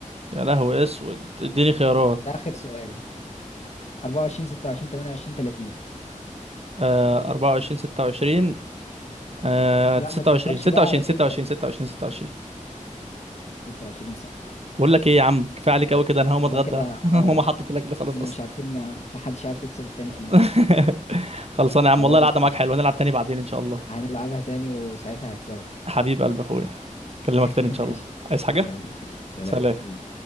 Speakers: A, on the right (about 50°); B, on the left (about 55°).
A: يا لهوي اسود اديني خيارات
B: ده آخر سؤال 24 26 28 30
A: آه 24 26 آه
B: لا
A: 26
B: ما تفكرش
A: 26
B: بقى على
A: 26
B: طول بقى
A: 26 26
B: 26 صح
A: بقول لك ايه يا عم كفايه عليك
B: طيب
A: قوي كده انا هقوم اتغدى
B: هو كده اه
A: <laughs> ماما حطت الاكل خلاص
B: احنا
A: اصلا
B: مش عارفين نع- في حدش عارف يكسب التاني
A: <laughs>
B: فينا
A: خلصانه يا عم
B: خلاص
A: والله القعده
B: اوكي
A: معاك حلوه نلعب تاني بعدين ان شاء الله
B: هنلعبها تاني وساعتها هكسبك
A: حبيب قلب اخويا اكلمك
B: <laughs>
A: تاني ان
B: ماشي
A: شاء الله عايز حاجه
B: يلا سلام سلام
A: سلام
B: حبيبي